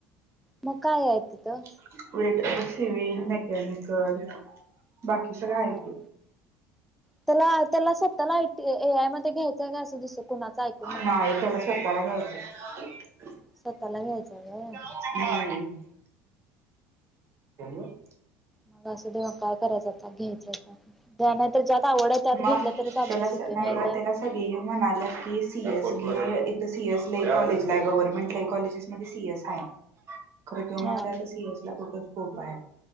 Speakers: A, in the centre; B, on the right.
A: मग कायेय तिथं?
B: <unintelligible> सिविल. मेकॅनिकल. बाकी सगळं
A: हा
B: हाय की.
A: त्याला त्याला स्वतःला आय टी ए आय मध्ये घ्यायचं का? असं दुस्स कुणाचं ऐकून म
B: नाय त्याला स्वतःला घ्यायचंय. ह <inaudible>
A: स्वतःला घ्यायचंय व्हय?
B: <inaudible> केम <inaudible>
A: मग असुदे म काय करायचं आता. घ्यायचय का त्या नहीतर ज्यात आवडे त्यात
B: मग
A: घेतलं तरच अभ्यास
B: त्याला
A: होतोय
B: नाही
A: माहिते.
B: ग त्याला सगळे म्हणालं की सी एस घे. इथं सी एस लई कॉलेजलाए गव्हर्नमेंट लई कॉलेजेस <inaudible> मधे सी एस हाय. खरं त्यो म्हणालाय
A: हा
B: का सी एस ला खूप च स्कोप हाय.